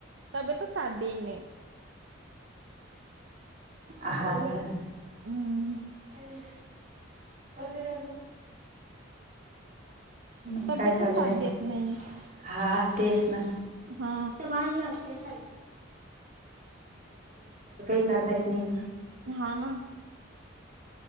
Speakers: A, on the right; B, on the right.
A: तब्येतच साथ देतनई.
B: हा का
A: हम्म
B: <unintelligible> मंग
A: तब्येतच
B: काय चालू
A: साथ
B: आहे आणखीन
A: देत नाही
B: हा तेच ना
A: हा
B: काही करता येत नाही ना.
A: हा ना